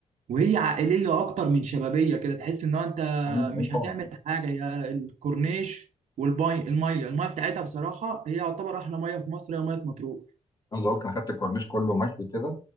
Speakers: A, on the right; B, on the left.
A: وهي عائليه اكتر من شبابيه كده تحس ان هو انت
B: عندي
A: مش
B: اي طبعا
A: هتعمل حاجه هي الكورنيش والميه الميه الميه بتاعتها بصراحه هي يعتبر احلى ميه في مصر هي ميه مطروح
B: عاوز اقول لك انا خدت الكورنيش كله مشوي كده